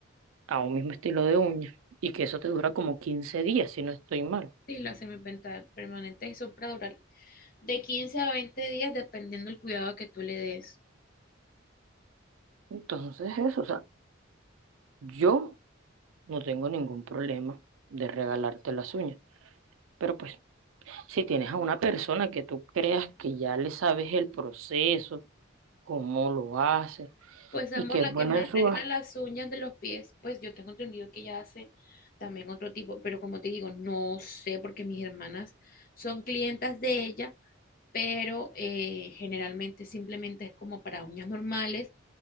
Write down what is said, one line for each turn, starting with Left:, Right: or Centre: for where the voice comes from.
Right: a un mismo estilo de uña, y que eso te dura como 15 días, si no estoy mal.
Left: Sí, la semipermanente eso para durar de 15 a 20 días dependiendo del cuidado que tú le des.
Right: Entonces, eso, o sea, yo no tengo ningún problema de regalarte las uñas, pero pues Si tienes a una persona que tú creas que ya le sabes el proceso, cómo lo hace,
Left: Pues amor,
Right: y que
Left: la
Right: es bueno
Left: que me
Right: en
Left: arregla
Right: su...
Left: las uñas de los pies, pues yo tengo entendido que ella hace también otro tipo, pero como te digo, no sé porque mis hermanas son clientas de ella, pero eh, generalmente simplemente es como para uñas normales